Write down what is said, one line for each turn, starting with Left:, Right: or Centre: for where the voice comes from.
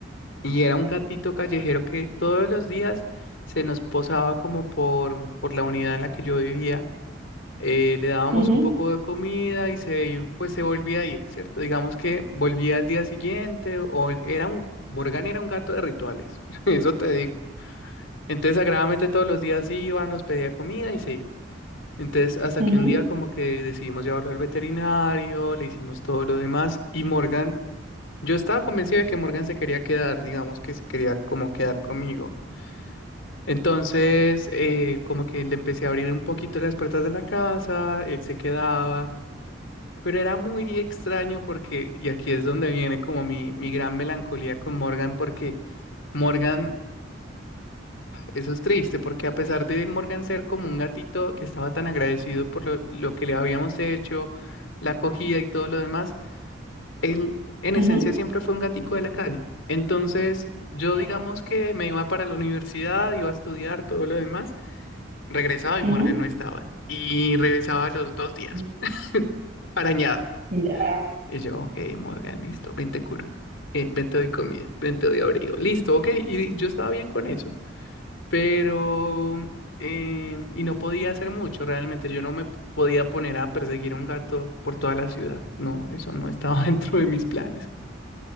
Left: Y era un gatito callejero que todos los días se nos posaba como por, por la unidad en la que yo vivía eh, le dábamos
Right: ujú,
Left: un poco de comida y se, pues se volvía a ir, ¿cierto? Digamos que volvía al día siguiente o era un, Morgan era un gato de rituales, <laughs> eso te digo. Entonces, sagradamente todos los días iba, nos pedía comida y se iba. Entonces, hasta
Right: ujú,
Left: que un día como que decidimos llevarlo al veterinario, le hicimos todo lo demás y Morgan, yo estaba convencido de que Morgan se quería quedar, digamos que se quería como quedar conmigo. Entonces, eh, como que le empecé a abrir un poquito las puertas de la casa, él se quedaba, pero era muy extraño porque, y aquí es donde viene como mi, mi gran melancolía con Morgan, porque Morgan, eso es triste, porque a pesar de Morgan ser como un gatito que estaba tan agradecido por lo, lo que le habíamos hecho, la acogida y todo lo demás, él en
Right: ujú,
Left: esencia siempre fue un gatico de la calle. Entonces, yo
Right: mm,
Left: digamos que me iba para la universidad, iba a estudiar, todo lo demás, regresaba y
Right: ujú.
Left: Morgan no estaba. Y regresaba a los dos días,
Right: mm,
Left: arañado.
Right: Ya.
Left: Y yo, ok, Morgan, listo, ven te curo. Eh, ven te doy comida, ven te doy abrigo. Listo, ok. Y yo estaba bien con eso. Pero, eh, y no podía hacer mucho, realmente. Yo no me p- podía poner a perseguir a un gato por toda la ciudad. No, eso no estaba <laughs> dentro de mis planes.